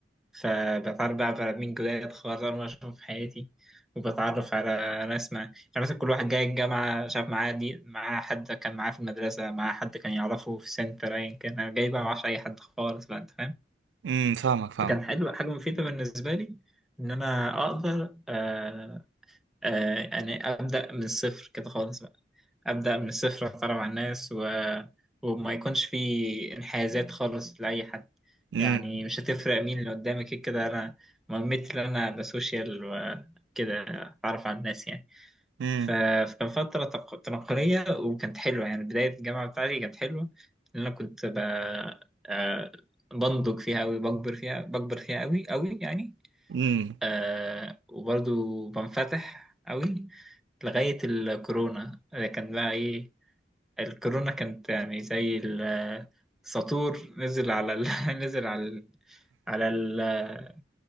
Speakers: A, in the centre; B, on the right.
A: فبتعرف بقى على مين جداد خالص أول مرة أشوفهم في حياتي وبتعرف على ناس مع يعني مثلا كل واحد جاي الجامعة شاف معاه دي معاه حد كان معاه في المدرسة معاه حد كان يعرفه في سنتر أيا كان أنا جاي بقى معرفش أي حد خالص بقى أنت فاهم
B: امم فاهمك فاهمك
A: فكان حلو حاجة مفيدة بالنسبة لي إن أنا أقدر آه، آه، يعني ابدا من الصفر كده خالص بقى ابدا من الصفر اتعرف على الناس و... وما يكونش في انحيازات خالص لاي حد
B: امم
A: يعني مش هتفرق مين اللي قدامك كده كده انا مهمتي ان انا بسوشيال وكده اتعرف على الناس يعني
B: امم
A: ف... فكان فتره تق- تنقليه وكانت حلوه يعني بدايه الجامعه بتاعتي كانت حلوه لان انا كنت ب... آه، بنضج فيها قوي بكبر فيها بكبر فيها قوي قوي يعني
B: امم
A: آه وبرضو بنفتح قوي لغاية الكورونا آه، كان بقى ايه الكورونا كانت يعني زي السطور نزل على ال... <laughs> نزل على ال... على ال... آه،